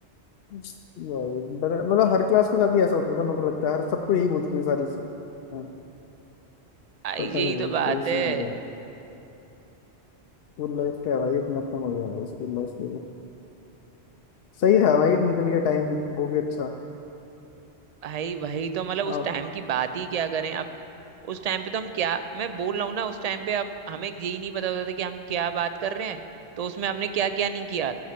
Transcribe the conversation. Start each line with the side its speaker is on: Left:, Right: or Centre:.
Left: भाई, बड़ा- मतलब हर क्लास के साथ ही ऐसा होता था मेरे को लगता है हर सबको यही बोलती है सारी से हाँ,
Right: आई
Left: पता
Right: यही
Left: नहीं भाई
Right: तो बात
Left: कैसी
Right: है
Left: मजा है वो लाइफ का है भाई अपना अपना मजा है उसकी लाइफ के लिए सही था भाई निकल गया टाइम वो भी अच्छा
Right: भाई भाई तो मतलब उस
Left: हाँ
Right: टाइम की बात ही क्या करें अब उस टाइम पे तो हम क्या मैं बोल रहा हूँ ना उस टाइम पे अब हमें यही नहीं पता होता था कि हम क्या बात कर रहे हैं तो उसमें हमने क्या क्या नहीं किया